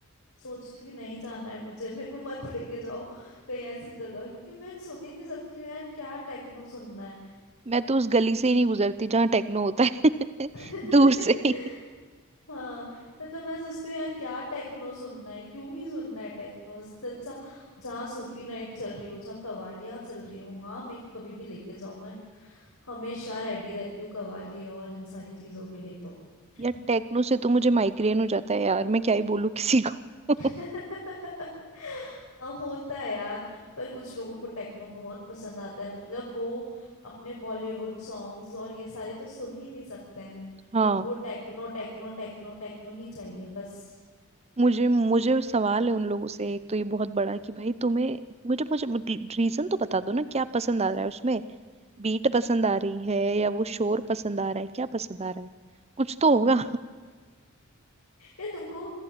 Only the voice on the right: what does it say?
मैं तो उस गली से ही नहीं गुजरती जहाँ टेक्नो होता है <laughs>
दूर से ही
यार टेक्नो से तो मुझे माइग्रेन हो जाता है यार मैं क्या ही बोलूँ किसी को
<laughs> हाँ
मुझे मुझे सवाल है उन लोगों से एक तो ये बहुत बड़ा है कि भाई तुम्हें मुझे मुझे रीजन तो बता दो ना क्या पसंद आ रहा है उसमें बीट पसंद आ रही है या वो शोर पसंद आ रहा है क्या पसंद आ रहा है कुछ तो होगा